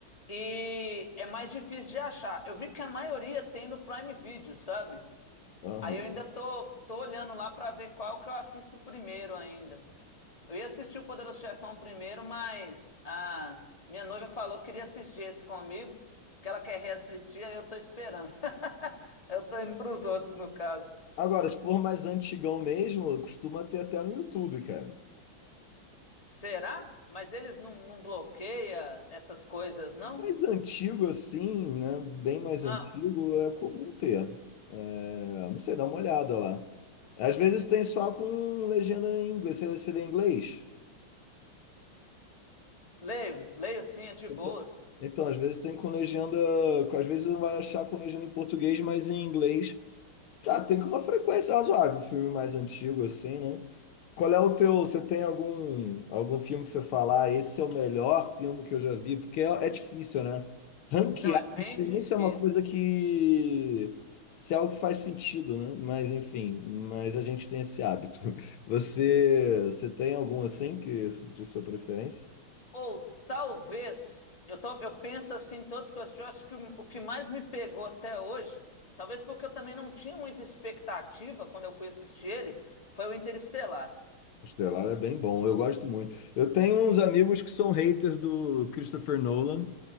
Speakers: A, on the left (about 15°); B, on the left (about 80°).
A: e é mais difícil de achar. Eu vi que a maioria tem no Prime Video, sabe?
B: Aham.
A: Aí eu ainda tô, tô olhando lá pra ver qual que eu assisto primeiro ainda. Eu ia assistir o Poderoso Chefão primeiro, mas a minha noiva falou que queria assistir esse comigo, que ela quer reassistir, aí eu tô esperando. <laughs> Eu tô indo pros outros, no caso.
B: Agora, se for mais antigão mesmo, costuma ter até no YouTube, cara.
A: Será? Mas eles não, não bloqueia essas coisas, não?
B: Mais antigo assim, né? Bem mais
A: Ah,
B: antigo, é comum ter. É, Não sei, dá uma olhada lá. Às vezes tem só com legenda em inglês. Você, você lê em inglês?
A: leio, leio sim, é de
B: Então,
A: boas.
B: então, às vezes tem com legenda. Às vezes não vai achar com legenda em português, mas em inglês. Tá, tem que uma frequência razoável, um filme mais antigo assim, né? Qual é o teu, você tem algum algum filme que você falar, "Ah, esse é o melhor filme que eu já vi? Porque é, é difícil, né? Ranquear,
A: Não, é bem
B: não sei
A: difícil.
B: nem se é uma coisa que se é algo que faz sentido, né? Mas enfim, mas a gente tem esse hábito. <laughs> Você você tem algum assim que de sua preferência?
A: Ou talvez, eu, tô, eu penso assim, em todos que eu assisti, eu acho que o o que mais me pegou até hoje, talvez porque eu também não tinha muita expectativa quando eu fui assistir ele, foi o Interestelar.
B: O Estelar é bem bom, eu gosto muito. Eu tenho uns amigos que são haters do Christopher Nolan.